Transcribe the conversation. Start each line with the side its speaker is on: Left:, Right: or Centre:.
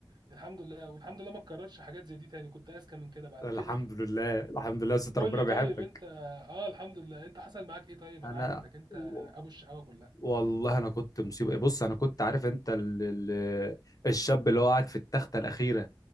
Right: الحمد لله والحمد لله ما اتكررش حاجات زي دي تاني كنت اذكى من كده بعد
Left: الحمد
Right: كده
Left: لله الحمد لله ست
Right: قول
Left: ربنا
Right: لي
Left: بيحبك
Right: طيب انت اه الحمد لله انت حصل معاك ايه طيب
Left: انا
Right: انا عارف انك انت
Left: و-
Right: ابو الشقاوه كلها
Left: والله انا كنت مصيبه بص انا كنت عارف انت ال... ال... الشاب اللي هو قاعد في التخته الاخيره